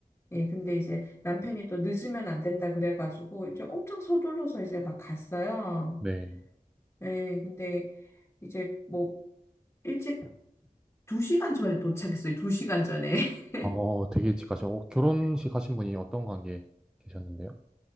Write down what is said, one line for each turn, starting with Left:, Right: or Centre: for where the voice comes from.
Left: 예, 근데 이제 남편이 또 늦으면 안 된다 그래가지고 이제 엄청 서둘러서 이제 막 갔어요.
Centre: 네.
Left: 예, 근데 이제 뭐 일찍 두시간 전에 도착했어요. 두시간 전에. <laughs>
Centre: 어, 되게 직하셔. 어, 결혼식 하신 분이 어떤 관계에 계셨는데요?